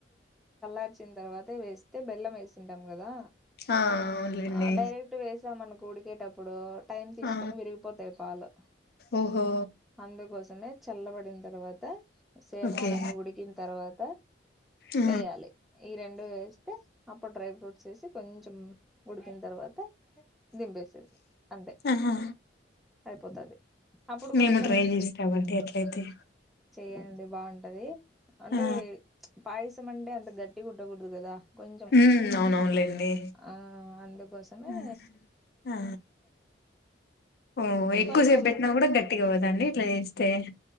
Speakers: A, in the centre; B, on the left.
A: వచ్చిన తర్వాత. వేస్తే బెల్లం వేసుకుంటాం కదా
B: ఆ అవునులేండి
A: అ డైరెక్ట్ వేస్ ఇక మనకు ఉడికేటప్పుడు. టైమ్ తీసుకొని
B: ఆ
A: విరిగిపోతాయి పాలు
B: ఓహో
A: అందుకోసమే. చల్లబడిన తర్వాత. తర్వాత సేమ్యాలు
B: ఓకే
A: అన్ని ఉడికిన తర్వాత
B: ఆ
A: వేయాలి ఈ రెండు వేస్తే తర్వాత అప్పుడు డ్రై ఫ్రూట్స్ వేసి కొంచెం ఉడికిన తర్వాత దింపేసేది అంతే.
B: ఆహా
A: అయిపోతది. అప్పుడు
B: మేము
A: కొంచెం
B: ట్రై చేస్తామండి అట్లయితే
A: చెయండి బాగుంటది అంటే
B: ఆ
A: పాయసం అంటే అంత గట్టి గుట్టకూడదు కదా కొంచెం
B: ఉమ్ అవునవునులేండి
A: ఆ. అందు కోసమే
B: ఆ ఆ ఓ ఎక్కువసేపు
A: కొంచెం
B: పెట్టినా కూడా. <inaudible>